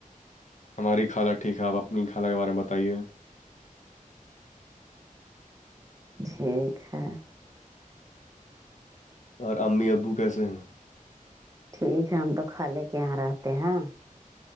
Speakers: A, on the left; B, on the right.
A: ہماری خالہ ٹھیک ہے آپ اپنی خالہ کے بارے میں بتائیے
B: ٹھیک ہے
A: اور امی ابو کیسے ہیں
B: ٹھیک ہے ہم تو کھا لے کے یہاں رہتے ہیں